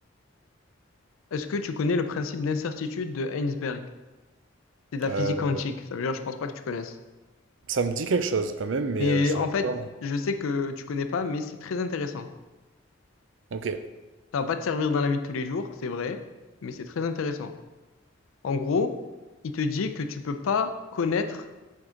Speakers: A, on the left; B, on the right.
A: Est-ce que tu connais le principe d'incertitude de Heinsberg? C'est de la
B: Euh,
A: physique quantique. Ça veut dire, je pense pas que tu connaisses.
B: ça me dit quelque chose quand même, mais
A: Mais
B: euh, je saurais
A: en fait,
B: pas.
A: je sais que tu connais pas, mais c'est très intéressant.
B: Ok.
A: Ça va pas te servir dans la vie de tous les jours, c'est vrai, mais c'est très intéressant. En gros, il te dit que tu peux pas connaître